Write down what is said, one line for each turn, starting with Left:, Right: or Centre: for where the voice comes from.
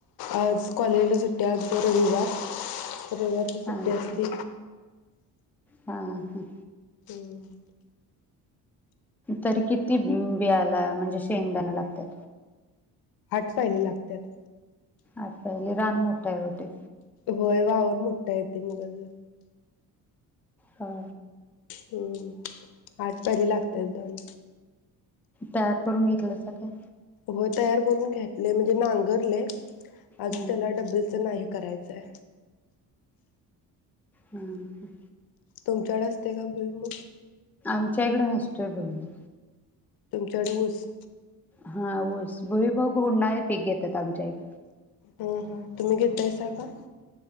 Left: आज कॉलेजला सुट्टी आज रविवार. रविवारची सुट्टी
Centre: हा
Left: असती.
Centre: हा हा हा.
Left: हम्म.
Centre: तर किती बियायला म्हणजे शेंगदाण लागतात?
Left: आठ पायली लागतात.
Centre: आठ पायली रान मोठं काय होते.
Left: होय वावर मोठं येते मगा ज
Centre: हा.
Left: हम्म आठ पायली लागतात दाण.
Centre: तयार करून घेतलं सकाय.
Left: होय तयार करून घेतले म्हणजे नांगरले. अजून
Centre: हा
Left: त्याला डब्बलच नाही. करायचंय.
Centre: हम्म हम्म.
Left: तुमच्याकडे असते का भुईमूग?
Centre: आमच्याकडे नसतोय भुईमूग.
Left: तुमच्याकडे ऊस?
Centre: हा ऊस भुईमूग उनणारे पीक घेतात आमच्याकडे.
Left: हम हा तुम्ही घेतायसा का?